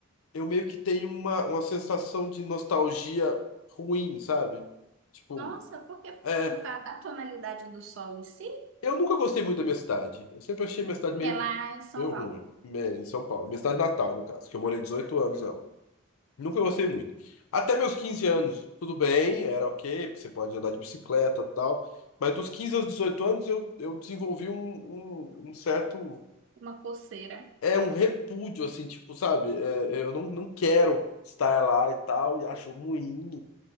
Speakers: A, on the left; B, on the right.
A: eu meio que tenho uma, uma sensação de nostalgia ruim, sabe? Tipo,
B: Nossa, por quê?
A: é,
B: Por causa da tonalidade do sol em si,
A: eu nunca gostei muito da minha cidade. Eu sempre achei minha cidade meio,
B: que é lá em São
A: meio ruim,
B: Paulo.
A: né, em São Paulo. Minha cidade natal, no caso, que eu morei 18 anos nela. Nunca gostei muito. Até meus 15 anos, tudo bem, era ok, porque você pode andar de bicicleta e tal. Mas dos 15 aos 18 anos, eu, eu desenvolvi um, um, um certo
B: Uma coceira.
A: é um repúdio, assim, tipo, sabe? É, é, eu não, não quero estar lá e tal, e acho ruim.